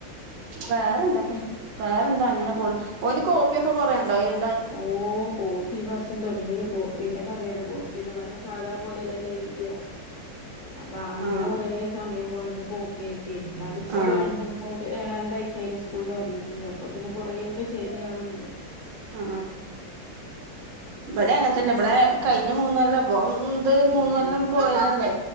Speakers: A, on the right; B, on the left.
A: വേറെന്തൊക്കെ വേറെന്താ അങ്ങനെ പോണു ഓന് കോപ്പിയൊക്കെ കൊറേണ്ടോ എഴ്
B: ഓ കോപ്പി ഈ വർഷം തൊടങ്ങീണു കോപ്പിന്റെ പറയണ്ട കോപ്പിന്ന് പർണ സാധാ പോലെല്ലല്ലൊ എയ്ത അപ്പൊ അങ്ങനെ
A: ആ
B: കൊറെേ സമയം പോണത് കോപ്പി ആയിട്ടേ എന്നാല ഇപ്പൊ
A: ആ
B: <unintelligible> ച്ചയില സ്കൂൾ തുറന്നിട്ട് അപ്പൊ പിന്നെ കുറൊക്കെ ശെരിയാവണ്ട്
A: ആ ഇവിടെ അങ്ങനെ തന്നെ ബടെ
B: ഉം
A: കഴിഞ്ഞ മൂന്നല്ലപ്പം ഇത്
B: ഉം
A: മൂന്ന
B: ഉം
A: കൊല്ലം പോയതല്ലേ